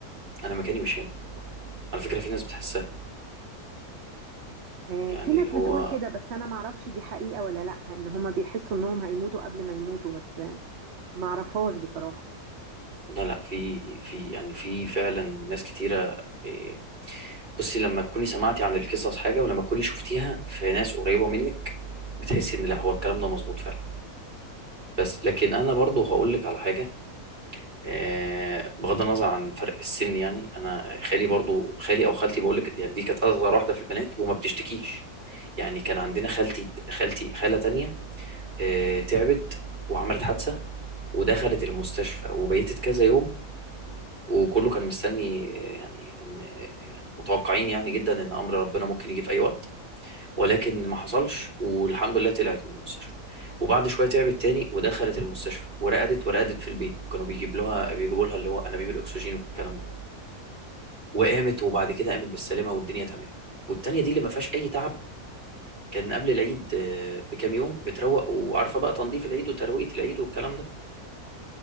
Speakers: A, on the right; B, on the right.
A: انا مكاني مش هنا على فكره في ناس بتحسها
B: آه،
A: يعني
B: في ناس
A: اللي هو
B: بتقول كده بس انا معرفش دي حقيقة ولا لا ان هما بيحسوا انهم هيموتوا قبل ما يموتوا بس آه، معرفهاش بصراحة
A: لا لا في في يعني في فعلا ناس كتيره إيه، بصي لما تكوني سمعتي عن القصص حاجه ولما تكوني شفتيها في ناس قريبه منك بتحسي ان لا هو الكلام ده مظبوط فعلا بس لكن انا برضو هقول لك على حاجه آه، بغض النظر عن فرق السن يعني انا خالي برضو خالي او خالتي بقول لك يعني دي كانت اصغر واحده في البنات وما بتشتكيش يعني كان عندنا خالتي خالتي خاله تانية آه، تعبت وعملت حادثه ودخلت المستشفى وبيتت كذا يوم وكله كان مستني آه، يعني ان يعني متوقعين يعني جدا ان امر ربنا ممكن يجي في اي وقت ولكن ما حصلش والحمد لله طلعت من المستشفى وبعد شويه تعبت تاني ودخلت المستشفى ورقدت ورقدت في البيت وكانوا بيجيب لها بيجيبوا لها اللي هو انابيب الاكسجين والكلام ده وقامت وبعد كده قامت بالسلامه والدنيا تمام والتانيه دي اللي ما فيهاش اي تعب كان قبل العيد آه، بكام يوم بتروق وعارفه بقى تنظيف العيد وترويقه العيد والكلام ده